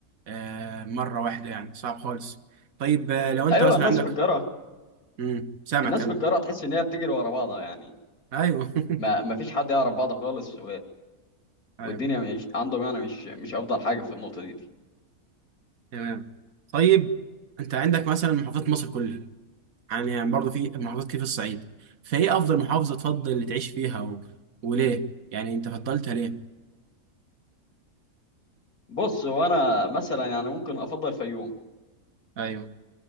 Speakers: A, on the right; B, on the left.
A: آه، مره واحده يعني صعب خالص طيب آه، لو انت
B: أيوه
A: مثلا
B: الناس
A: عندك
B: في القاهرة
A: امم سامع
B: الناس
A: كمل
B: في القاهرة تحس إن هي بتجري ورا بعضها يعني
A: ايوه <laughs>
B: ما ما فيش حد يعرف بعض خالص
A: ايوه
B: والدنيا مش عندهم يعني مش مش افضل حاجه في النقطه دي, دي.
A: تمام طيب انت عندك مثلا محافظات مصر كلها يعني يعني برضه في محافظات كتير في الصعيد فايه افضل محافظه تفضل تعيش فيها و... وليه يعني انت فضلتها ليه
B: بص هو انا مثلا يعني ممكن افضل الفيوم
A: ايوه